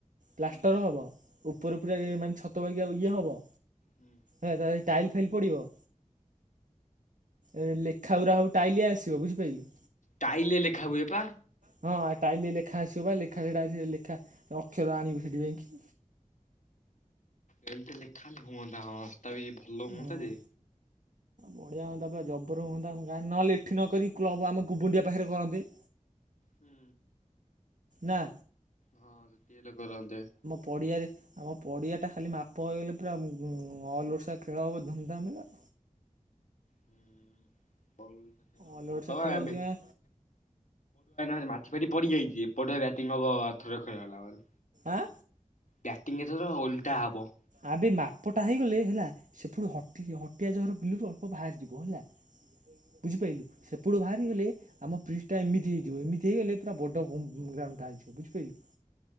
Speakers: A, on the right; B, on the left.
A: ପ୍ଲାଷ୍ଟର
B: ହୁଁ
A: ହବ। ଓପର ପୁରା ଇଏ ମାନେ ଛତ ବାଗିଆ ଇଏ ହବ।
B: ହୁଁ।
A: ହେଲା, ତା <unintelligible> ଟାଇଲ୍ ଫାଇଲ୍ ପଡିବ। ଏ ଲେଖାଉରା ହବୁ ଟାଇଲି ଆସିବ ବୁଝିପାଇଲୁ।
B: ଟାଇଲ୍ ଲେ ଲେଖା ହୁଏ ପା।
A: ହଁ ଆ ଟାଇଲି ଲେଖା ଆସିବ ପା ଲେଖା ସେଟା ସେ ଲେଖା ଅକ୍ଷର ଆଣିବୁ ସେଟୁ ଯାଇଁକି।
B: ଏମିତି ଲେଖା ହେଲେ ହୁଅନ୍ତା ହଁ ରାସ୍ତା ବି ଭଲ ହୁଅନ୍ତା
A: ହଁ।
B: ଯେ।
A: ବଢ଼ିଆ ହୁଆନ୍ତା ପୁରା ଜବର ହୁଅନ୍ତା ଆମ ଗାଁ, ନହଲେ ଏଠି ନ କରିିକି କ୍ଲବ୍ ଆମ କୁବୁଣ୍ଡିଆ ପାଖରେ କରନ୍ତେ।
B: ହୁଁ।
A: ନାଁ
B: ହଁ ସେ ଟିଏଲେ କରନ୍ତେ।
A: ପଡ଼ିଆରେ, ଆମ ପଡ଼ିଆଟା ଖାଲି ମାପ ହେଇଗଲେ, ପୁରା <unintelligible> ଅଲ୍ ଓଡିଶା ଖେଳ ହବ ଧୁମ୍‌ଧାମରେ।
B: <unintelligible> ଏପଟୁଆ ଏଇନା
A: ଅଲ୍ ଓଡ଼ିଶା ଖେଳ ହଉଛି ଆଁ
B: ଖାଲି ମାଟି ଫାଟି ପଡିଯାଇଚି, ଏପଟ ବ୍ୟାଟିଂ ହବ ଆରଥର ଖେଳ ହେଲା ବେଳେ।
A: ଆଁ?
B: ବ୍ୟାଟିଂ ଏଥର ଓଲ୍ଟା ହବ।
A: ଆବେ ମାପଟା ହେଇଗଲେ ହେଲା, ସେପଟୁ ହଟିଯିବ ହଟିଆଜହର ବିଲରୁ ସାପ ବାହାରି ଯିବ ହେଲା ବୁଝିପାଇଲୁ ସେପଟୁ ବାହାରି ଗଲେ ଆମ ଫ୍ରିଜ୍ ଟା ଏମିତି ହେଇଯିବ, ଏମିତି ହେଇଗଲେ ପୁରା ବଡ ଉଁ ଗ୍ରାଉଣ୍ଡ୍ ଟା ହେଇଯିବ ବୁଝିପାଇଲୁ।